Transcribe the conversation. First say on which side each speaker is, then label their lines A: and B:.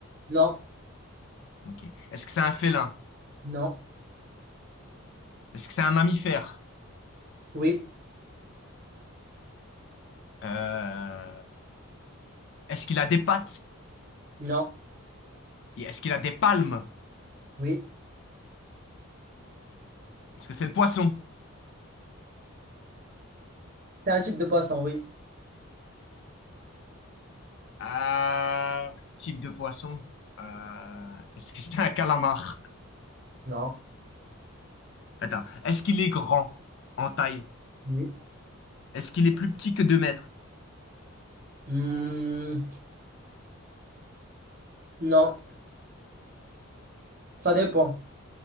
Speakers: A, on the right (about 40°); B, on the left (about 55°).
A: Non,
B: Ok. Est-ce que c'est un félin?
A: non,
B: Est-ce que c'est un mammifère?
A: oui,
B: Euh, Est-ce qu'il a des pattes?
A: non,
B: Et est-ce qu'il a des palmes?
A: oui.
B: Est-ce que c'est le poisson?
A: C'est un type de poisson, oui.
B: Euh, Type de poisson. Euh, Est-ce que c'est un calamar?
A: Non,
B: Attends. Est-ce qu'il est grand en taille?
A: oui.
B: Est-ce qu'il est plus petit que 2 mètres?
A: Hmm, non, ça dépend.